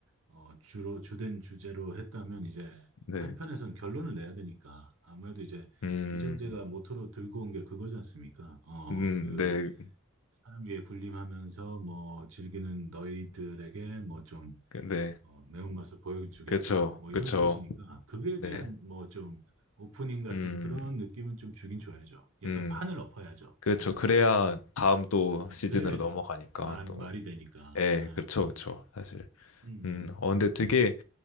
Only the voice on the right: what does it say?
어, 주로 주된 주제로 했다면 이제
3편에선 결론을 내야 되니까 아무래도 이제
이정재가 모토로 들고 온 게 그거지 않습니까? 어,
그
사람 위에 군림하면서 뭐 즐기는 너희들에게 뭐좀
어, 매운맛을 보여주겠다.
뭐
이런 뜻이니까 그거에
대한 뭐 좀 오프닝 같은
그런 느낌은 좀 주긴 줘야죠. 약간
판을 엎어야죠.
예.
음,
그래야 이제
말,
말이 되니까.
예.
음.